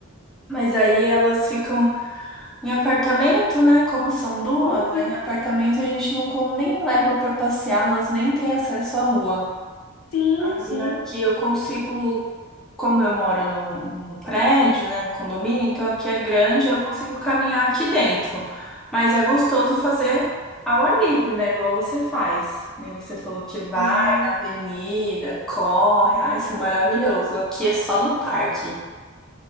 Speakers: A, in the centre; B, on the left.
A: Mas aí elas ficam Em apartamento, né? Como são duas,
B: Uhum.
A: aí em apartamento a gente não con- nem leva pra passeá-las, nem tem acesso à rua.
B: Sim,
A: Aí
B: sim.
A: aqui eu consigo, como eu moro no, no prédio, né? Condomínio, então aqui é grande, eu consigo caminhar aqui dentro. Mas é gostoso fazer ao ar livre, né? Igual você faz. E você falou que vai
B: Hum,
A: na avenida, corre, ai, isso é maravilhoso. Aqui é só no parque.